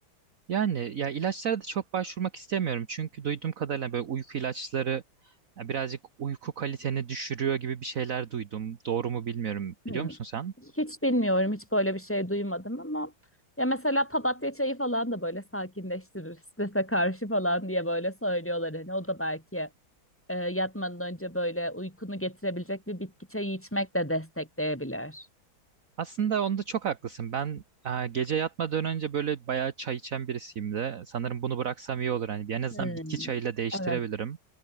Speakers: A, on the right; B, in the centre.
A: Yani ya ilaçlara da çok başvurmak istemiyorum. Çünkü duyduğum kadarıyla böyle uyku ilaçları ya birazcık uyku kaliteni düşürüyor gibi bir şeyler duydum. Doğru mu bilmiyorum.
B: Hmm.
A: Biliyor musun sen?
B: Hiç bilmiyorum, hiç böyle bir şey duymadım ama ya mesela papatya çayı falan da böyle sakinleştirir, strese karşı falan diye böyle söylüyorlar hani o da belki e, yatmadan önce böyle uykunu getirebilecek bir bitki çayı içmek de destekleyebilir.
A: Aslında onda çok haklısın. Ben e, gece yatmadan önce böyle bayağı çay içen birisiyim de. Sanırım bunu bıraksam iyi olur. Hani en azından
B: Hmm,
A: bitki çayıyla değiştirebilirim.
B: evet.